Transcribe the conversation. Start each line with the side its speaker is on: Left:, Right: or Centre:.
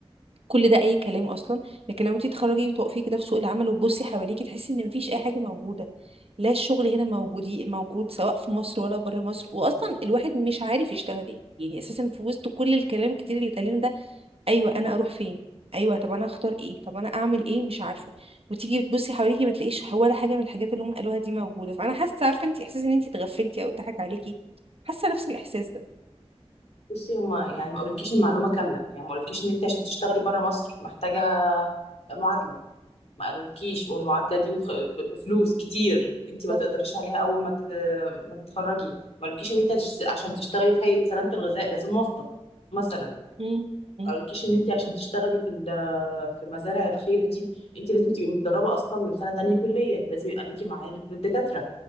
Right: كل ده اي كلام اصلا لكن لما انت تتخرجي وتقفي كده في سوق العمل وتبصي حواليكي تحسي ان مفيش اي حاجه موجوده لا الشغل هنا موجود موجود سواء في مصر ولا بره مصر واصلا الواحد مش عارف يشتغل ايه يعني اساسا في وسط كل الكلام الكتير اللي اتقال لنا ده ايوه انا اروح فين ايوه طب انا اختار ايه طب انا اعمل ايه مش عارفه وتيجي بتبصي حواليكي ما تلاقيش ولا حاجه من الحاجات اللي هم قالوها دي موجوده فانا حاسه عارفه انت احساس ان انت اتغفلتي او اتضحك عليكي حاسه نفس الاحساس ده
Left: بصي هما يعني ما قالولكيش المعلومه كامله يعني ما قالولكيش ان انت عشان تشتغلي بره مصر محتاجه معادله ما قالولكيش والمعادله دي مخ... ب- بفلوس كتير انت
Right: بالظبط
Left: ما تقدريش عليها اول ما ت... ما تتخرجي ما قالولكيش ان انت عشان تشتغلي في هيئه سلامه الغذاء لازم واسطه مثلا
Right: امم امم
Left: قالكيش ان انت عشان تشتغلي في ال- في مزارع الخيل دي انت لازم تبقي متدربه اصلا من سنه تانية كليه لازم يبقى ليكي معارف بالدكاتره